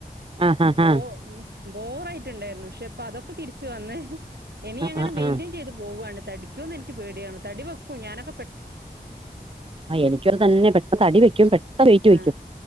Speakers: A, on the right; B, on the right.
A: ആ ആ ആ
B: ഓ ബോറായിട്ടുണ്ടായിരുന്നു ക്ഷെ ഇപ്പ അതൊക്കെ തിരിച്ചു വന്നേ എനി അങ്ങനെ
A: ആ
B: മെയിൻ്റെയിൻ
A: ആ
B: ചെയ്ത് പോവാണ്. തടിക്കോന്ന് എനിക്ക് പേടിയാണ്. തടി വെക്കും ഞാനൊക്കെ പെ
A: ആ എനിക്കതു തന്നെ പെട്ട് തടി വെക്കും പെട്ട വെയിറ്റ്
B: ആ
A: വെക്കും.